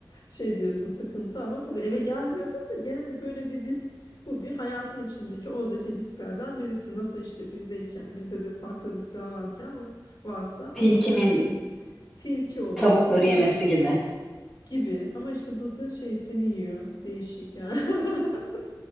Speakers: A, on the left; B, in the centre.
A: şey diyorsun sıkıntı ama tabii eve gelmiyordu da gene de böyle bir risk bu bir hayatın içindeki oradaki risklerden birisi. Nasıl işte bizdeyken bizde de farklı riskler varken o, varsa orada
B: Tilkinin
A: da öyle bir tilki olabilir
B: tavukları
A: ama
B: yemesi
A: t-
B: gibi.
A: gibi ama işte burada şey seni yiyor değişik yani. <laughs>